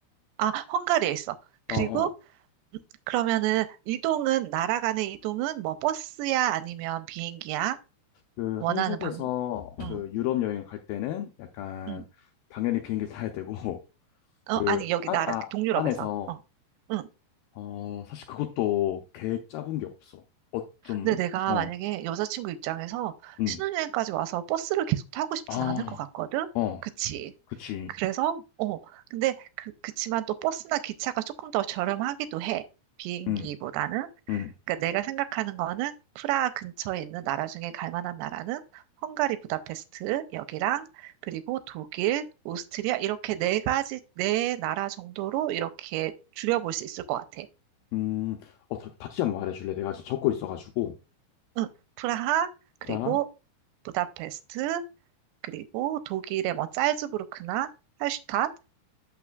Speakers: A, on the right (about 85°); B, on the left (about 80°).
A: 아, 헝가리에 있어. 그리고
B: 어, 어.
A: 그러면은 이동은 나라 간의 이동은 뭐 버스야 아니면 비행기야?
B: 그
A: 원하는
B: 한국에서
A: 방, 응,
B: 그 유럽 여행을 갈 때는 약간
A: 응.
B: 당연히 비행기 타야 되고 <laughs>
A: 어,
B: 그
A: 아니 여기
B: 안,
A: 나라
B: 아,
A: 동유럽에서.
B: 안에서
A: 어. 응.
B: 어 사실 그것도 계획 짜본 게 없어. 어 좀,
A: 근데 내가
B: 어,
A: 만약에 여자친구 입장에서
B: 음,
A: 신혼여행까지 와서 버스를 계속 타고 싶진
B: 아,
A: 않을 것 같거든?
B: 어,
A: 그치?
B: 그치,
A: 그래서, 어, 근데 그, 그치만 또 버스나 기차가 조금 더 저렴하기도 해. 비행기보다는.
B: 음, 음,
A: 그러니까 내가 생각하는 거는 프라하 근처에 있는 나라 중에 갈 만한 나라는 헝가리 부다페스트 여기랑 그리고 독일, 오스트리아 이렇게 네 가지 네 나라 정도로 이렇게 줄여볼 수 있을 것 같아.
B: 음, 어 다, 시 한번 말해줄래? 내가 지금 적고 있어가지고
A: 응, 프라하 그리고
B: 프랑,
A: 부다페스트 그리고 독일의 뭐 짤즈부르크나 할슈타트